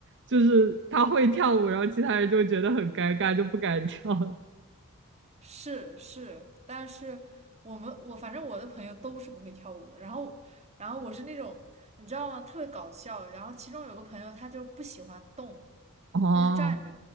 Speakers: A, on the right (about 55°); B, on the right (about 30°).
A: 就是他会跳舞，然后其他人就会觉得很尴尬，就不敢跳了。
B: 是是，但是我们我反正我的朋友都是不会跳舞的，然后然后我是那种你知道吗，特别搞笑。然后其中有个朋友他就不喜欢动，
A: <laughs> 哦
B: 他就站着，